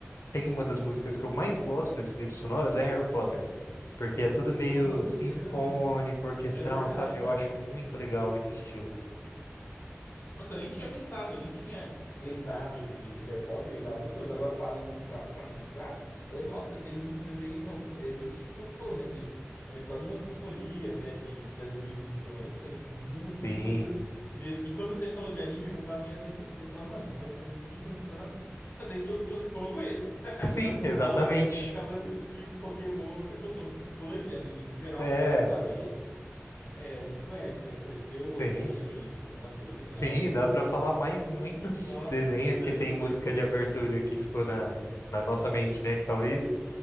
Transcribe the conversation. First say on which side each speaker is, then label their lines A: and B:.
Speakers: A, on the left; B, on the left.
A: Tem uma das músicas que eu mais gosto desse livro sonoras é Harry Potter, porque é tudo meio
B: Ah,
A: sinfônico,
B: legal.
A: orquestral,
B: É verdade.
A: sabe? Eu acho muito legal esse estilo.
B: Nossa, eu nem tinha pensado, eu nem tinha lembrado de, de Harry Potter e da música, mas agora parando assim pra, pra pensar, é, nossa, tem músicas aí, são é, nesse tipo que você falou, né? De talvez quase uma sinfonia, né? De, das, dos instrumentos, mas muito
A: Sim,
B: bonito mesmo. E quando você falou de anime, eu já tava meio defensivo. Eu falei, mano, não conheço anime nenhum, porque eu não assisto. Mas aí todos que você falou, eu conheço. <laughs>
A: sim,
B: Dragon
A: exatamente.
B: Ball, Cavaleiros do Zodíaco, Pokémon. Eu não sou muito fã de anime no geral,
A: É,
B: mas claro, esses. É, a gente conhece, né? Cresceu
A: sim.
B: assistindo isso, passava na televisão.
A: Sim, dá pra falar mais muitos
B: Nossa,
A: desenhos que
B: é
A: tem
B: doido.
A: música de abertura que ficou na, na nossa mente, né? Que talvez,